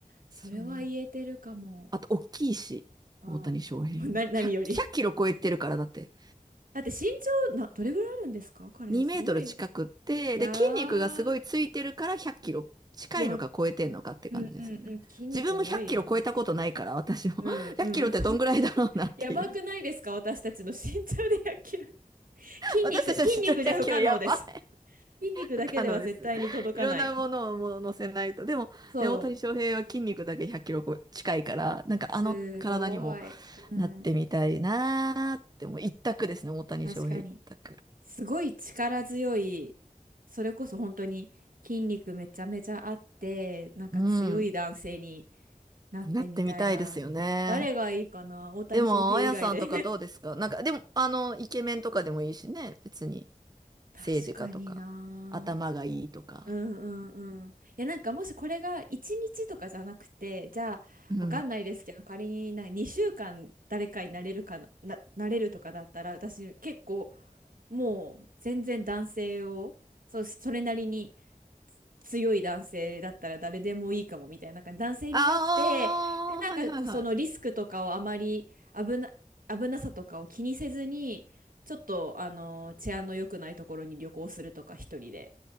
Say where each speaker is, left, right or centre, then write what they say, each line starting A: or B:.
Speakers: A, on the right; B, on the right.
A: それは言えてるかも。
B: そう。あと、大きいし、
A: うん。
B: 大谷翔平も。
A: <laughs> な、何より。
B: 100、ひゃくキロ超えてるからだって。
A: だって身長な、どれぐらいあるんですか彼、
B: 2メートル近くって、
A: すごい。いやー、
B: で、筋肉がすごいついてるから100キロ近いのか超えてんのかって感じですよね。
A: よ、うんうんうん、筋肉重いもん。
B: 自分も100キロ超えたことないから、私も。
A: うんうん。
B: <laughs> 100キロってどんぐらいだろうなっていう。
A: こ <laughs> やばくないですか私たちの身長でや0 0キロ。筋肉、
B: 私たちの身長100キロやばい。
A: 筋肉じゃ不可能です。筋肉だけでは絶対に届かない。
B: <laughs> 不可能です。いろんなものをもう乗せないと。でも、
A: そ
B: ね、大谷翔平は筋肉だけ100キロ近いから、なんかあの体にも
A: う。すごい。うん。
B: なってみたいなーって、もう一択ですね、大谷翔平一択。
A: 確かに。すごい力強い、それこそ本当に筋肉めちゃめちゃあって、なんか強い男性に
B: うん。
A: なってみたいな。
B: なってみたいですよね。
A: 誰がいいかな大谷翔平以外で
B: でも、あやさんとかどうですかなんか、でも、あの、イケメンとかでもいいしね、別に。
A: <laughs> 確かにな。
B: 政治家とか、頭がいいとか。
A: うんうんうん。いやなんかもしこれが1日とかじゃなくて、じゃあわかんないですけど、
B: うん。
A: 仮になんか2週間誰かになれるかな、な、なれるとかだったら、私結構もう全然男性を、そう、それなりに強い男性だったら誰でもいいかもみたいな、なんか男性になって、
B: ああ、
A: で、なんかこうそのリスクとかをあまり危な、
B: はいはいはい。
A: 危なさとかを気にせずに、ちょっとあの治安の良くないところに旅行するとか一人で。